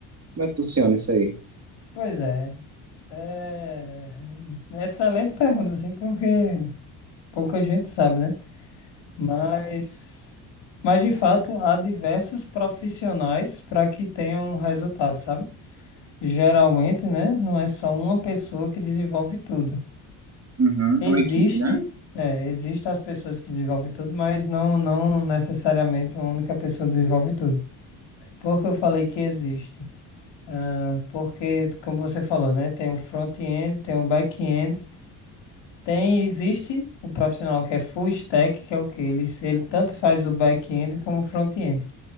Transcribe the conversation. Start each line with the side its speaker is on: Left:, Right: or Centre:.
Right: Como é que funciona isso aí?
Left: Pois é. É é excelente pergunta, assim, porque pouca gente sabe, né? Mas, mas de fato, há diversos profissionais para que tenham resultado, sabe? Geralmente, né? Não é só uma pessoa que desenvolve tudo.
Right: Uhum,
Left: Existe,
Right: é uma equipe, né?
Left: é, existem as pessoas que desenvolvem tudo, mas não, não necessariamente uma única pessoa desenvolve tudo. Por que eu falei que existe? Ah, porque, como você falou, né? Tem o front-end, tem o back-end. Tem, existe o profissional que é full stack, que é o que Ele, ele tanto faz o back-end como o front-end.